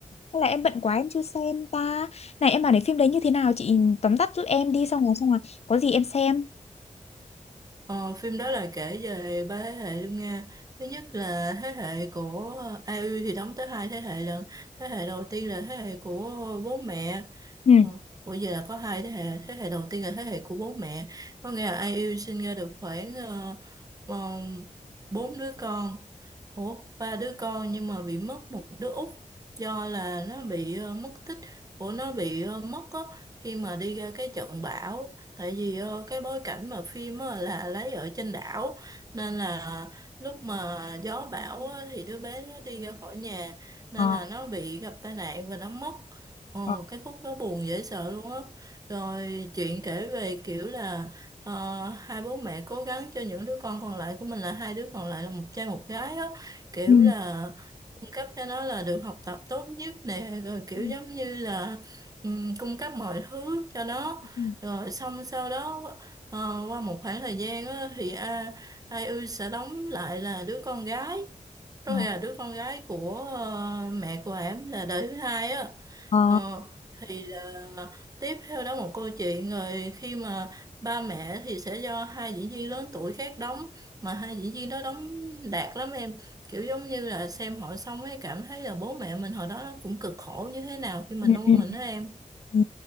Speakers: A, on the left; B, on the right.
A: Hay là em bận quá em chưa xem ta. Này em bảo này phim đấy như thế nào chị tóm tắt giúp em đi xong rồi xong rồi có gì em xem.
B: ờ, phim đó là kể về ba thế hệ luôn nha thứ nhất là thế hệ của uh, u thì đóng tới hai thế hệ lần thế hệ đầu tiên là thế hệ của bố mẹ
A: Ừ.
B: Ờ, Bởi vì là có hai thế hệ, thế hệ đầu tiên là thế hệ của bố mẹ, có nghĩa là ai yêu sinh ra được khoảng ờ, ờ, bốn đứa con, ủa ba đứa con nhưng mà bị mất một đứa út do là nó bị ờ, mất tích, của nó bị ờ, mất á khi mà đi ra cái trận bão, tại vì ờ, cái bối cảnh mà phim á là lấy ở trên đảo nên là lúc mà gió bão á, thì đứa bé nó đi ra khỏi nhà nên
A: Ờ.
B: là nó bị gặp tai nạn và nó mất Ồ,
A: Ờ.
B: cái khúc đó buồn dễ sợ luôn á. Rồi chuyện kể về kiểu là ờ, hai bố mẹ cố gắng cho những đứa con còn lại của mình là hai đứa còn lại là một trai một gái á, kiểu
A: Ừ.
B: là cung cấp cho nó là được học tập tốt nhất nè, rồi kiểu
A: Ừ.
B: giống như là ừm, cung cấp mọi thứ cho nó.
A: Ừ.
B: Rồi xong sau đó ờ, qua một khoảng thời gian á thì a ai ư sẽ đóng lại là đứa con gái, rồi
A: Ờ.
B: là đứa con gái của ờ, mẹ của em là đời thứ hai á
A: Ờ.
B: Ờ, thì là tiếp theo đó một câu chuyện rồi khi mà ba mẹ thì sẽ do hai diễn viên lớn tuổi khác đóng mà hai diễn viên đó đóng đạt lắm em kiểu giống như là xem họ xong ấy cảm thấy là bố mẹ mình hồi đó nó cũng cực khổ như thế nào khi mà
A: Ừ.
B: nuôi
A: Ừ.
B: mình đó em
A: Ừ.